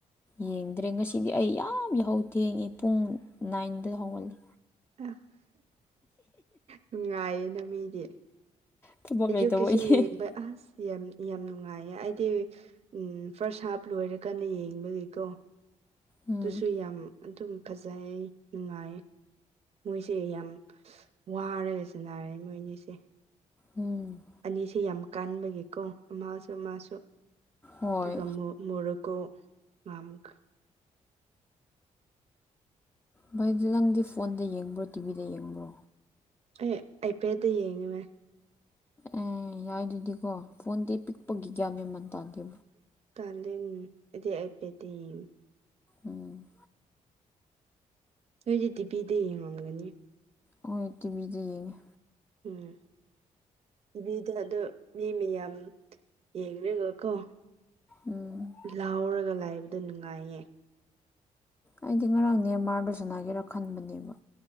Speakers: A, on the left; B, on the right.
A: ꯌꯦꯡꯗ꯭ꯔꯦ ꯉꯁꯤꯗꯤ ꯑꯩ ꯌꯥꯝ ꯌꯥꯍꯧ ꯊꯦꯡꯉꯦ ꯄꯨꯡ ꯅꯥꯏꯟꯗ ꯍꯧꯒꯠꯂꯦ
B: ꯑ ꯅꯨꯡꯉꯥꯏꯌꯦꯅ ꯃꯤꯗꯤ
A: ꯊꯕꯛ
B: ꯑꯌꯨꯛꯀꯤꯁꯨ
A: ꯂꯩꯇꯕꯒꯤ
B: ꯌꯦꯡꯕ ꯑꯁ ꯌꯥꯝ ꯌꯥꯝ ꯅꯨꯡꯉꯥꯏꯌꯦ ꯑꯩꯗꯤ ꯎꯝ ꯐꯥꯔꯁ ꯍꯥꯞ ꯂꯣꯏꯔꯀꯥꯟꯗ ꯌꯦꯡꯕꯒꯤꯀꯣ
A: ꯎꯝ
B: ꯑꯗꯨꯁꯨ ꯌꯥꯝ ꯑꯗꯨꯝ ꯐꯖꯩ ꯅꯨꯡꯉꯥꯏꯌꯦ ꯃꯣꯏꯁꯦ ꯌꯥꯝ ꯋꯥꯔꯒꯁꯨꯅꯔꯦ ꯃꯣꯏ ꯑꯅꯤꯁꯦ
A: ꯎꯝ
B: ꯑꯅꯤꯁꯤ ꯌꯥꯝ ꯀꯥꯟꯕꯒꯤꯀꯣ ꯑꯃꯁꯨ ꯑꯃꯁꯨ
A: ꯍꯣꯏ
B: ꯑꯗꯨꯒ ꯑꯃꯨꯛ ꯃꯣꯔꯣꯀꯧ ꯉꯥꯝꯈ
A: ꯚꯥꯏ ꯅꯪꯗꯤ ꯐꯣꯟꯗ ꯌꯦꯡꯕ꯭ꯔꯣ ꯇꯤꯚꯤꯗ ꯌꯦꯡꯕ꯭ꯔꯣ
B: ꯑꯦ ꯑꯩꯄꯦꯠꯗ ꯌꯦꯡꯉꯤ ꯃꯦ
A: ꯑꯦ ꯌꯥꯏ ꯑꯗꯨꯗꯤꯀꯣ ꯐꯣꯟꯗꯤ ꯄꯤꯛꯄꯒꯤꯒ꯭ꯌꯥ ꯃꯦꯝꯃꯟ ꯇꯥꯟꯗꯦ
B: ꯇꯗꯦꯅꯦ ꯑꯩꯗꯤ ꯑꯥꯏꯄꯦꯠꯇ ꯌꯦꯡꯉꯤ
A: ꯎꯝ
B: ꯅꯣꯏꯗꯤꯗꯤ ꯇꯤꯚꯤꯗ ꯌꯦꯡꯉꯝꯒꯅꯤ
A: ꯍꯣꯏ ꯇꯤꯚꯤꯗ ꯌꯦꯡꯉꯦ
B: ꯎꯝ ꯇꯤꯚꯤꯗ ꯑꯗꯨꯣ ꯃꯤ ꯃꯌꯥꯝ ꯌꯦꯡꯉꯒꯀꯣ
A: ꯎꯝ
B: ꯂꯥꯎꯔꯒ ꯂꯥꯏꯕꯗ ꯅꯨꯡꯉꯥꯏꯌꯦ
A: ꯑꯩꯗꯤ ꯉꯔꯥꯡ ꯅꯦꯝꯃꯥꯔꯒ ꯁꯅꯥꯒꯦꯔ ꯈꯟꯕꯅꯦꯕ